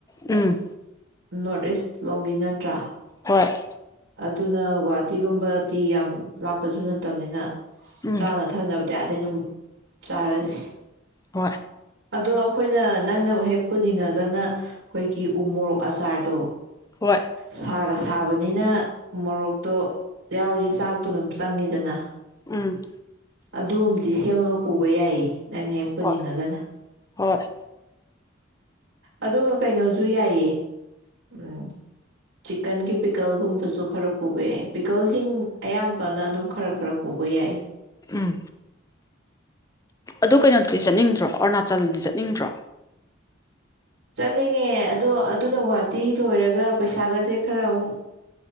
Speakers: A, on the left (about 15°); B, on the right (about 80°).
A: ꯎꯝ
B: ꯅꯣꯔꯠ ꯏꯁ ꯂꯣꯝꯒꯤ ꯅꯠꯇ꯭ꯔꯥ
A: ꯍ
B: ꯑꯗꯨꯅ ꯒꯨꯍꯥꯇꯤꯒꯨꯝꯕꯗꯤ ꯌꯥꯝ ꯂꯥꯞꯄꯁꯨ ꯅꯠꯇꯕꯅꯤꯅ
A: ꯎꯝ
B: ꯆꯥꯅ ꯊꯛꯅꯕ ꯗꯩ ꯑꯗꯨꯝ ꯆꯥꯔꯁꯤ
A: ꯍꯣꯏ
B: ꯑꯗꯣ ꯑꯩꯈꯣꯏꯅ ꯅꯪꯅ ꯍꯦꯛ ꯄꯨꯅꯤꯡꯉꯒꯅ ꯑꯩꯈꯣꯏꯒꯤ ꯎ ꯃꯣꯔꯣꯛ ꯑꯆꯥꯔꯗꯣ
A: ꯍꯣꯏ
B: ꯁꯥꯒ ꯊꯥꯕ ꯅꯤꯅ ꯃꯣꯔꯣꯛꯇꯣ ꯌꯥꯎꯔꯤ ꯆꯥꯛꯇꯣ ꯑꯗꯨꯝ ꯆꯪꯉꯤꯗꯅ
A: ꯎꯝ
B: ꯑꯗꯨꯝꯗꯤ ꯁꯦꯝꯃꯒ ꯄꯨꯕ ꯌꯥꯏꯌꯦ ꯅꯪꯅ ꯍꯦꯛ ꯄꯨꯅꯤꯡꯉꯒꯅ
A: ꯍꯣꯏ ꯍꯣꯏ
B: ꯑꯗꯨꯒ ꯀꯩꯅꯣꯁꯨ ꯌꯥꯏꯌꯦ ꯎꯝ ꯆꯤꯛꯀꯟꯒꯤ ꯄꯤꯀꯜꯒꯨꯝꯕꯁꯨ ꯈꯔ ꯄꯨꯕ ꯌꯥꯏ ꯄꯤꯀꯜꯁꯤꯡ ꯑꯌꯥꯝꯕꯅ ꯑꯗꯨꯝ ꯈꯔ ꯈꯔ ꯄꯨꯕ ꯌꯥꯏ
A: ꯎꯝ ꯑꯗꯨ ꯀꯩꯅꯣꯗꯗꯤ ꯆꯠꯅꯤꯡꯗ꯭ꯔꯣ ꯑꯔꯨꯅꯥꯆꯜꯗꯗꯤ ꯆꯠꯅꯤꯡꯗ꯭ꯔꯣ
B: ꯆꯠꯅꯤꯡꯉꯦ ꯑꯗꯣ ꯑꯗꯨꯅ ꯒꯨꯍꯥꯇꯤ ꯂꯣꯏꯔꯒ ꯄꯩꯁꯥꯒꯁꯦ ꯈꯔ ꯑꯃꯨꯛ